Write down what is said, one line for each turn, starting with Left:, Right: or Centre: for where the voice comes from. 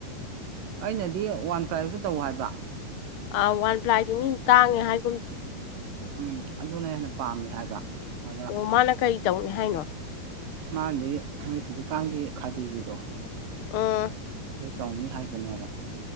Right: ꯑꯩꯅꯗꯤ ꯋꯥꯟ ꯄ꯭ꯔꯥꯏꯞꯇ ꯇꯧ ꯍꯥꯏꯕ
Left: ꯑ ꯋꯥꯟ ꯄ꯭ꯂꯥꯏꯗꯤ ꯃꯤ ꯇꯥꯡꯉꯦ ꯍꯥꯏ
Right: ꯎꯝ ꯑꯗꯨꯅ ꯍꯦꯟꯅ ꯄꯥꯝꯃꯦ ꯍꯥꯏꯕ ꯑꯗ
Left: ꯑꯣ ꯃꯥꯅ ꯀꯔꯤ ꯇꯧꯅꯤ ꯍꯥꯏꯅꯣ
Right: ꯃꯥꯥꯟꯗꯤ ꯅꯣꯏ ꯍꯧꯖꯤꯛꯀꯥꯟꯒꯤ ꯈꯥꯗꯤ ꯒꯤꯗꯣ
Left: ꯑꯣ
Right: ꯑꯗꯨ ꯇꯧꯅꯤ ꯍꯥꯏꯕꯅꯦꯕꯥ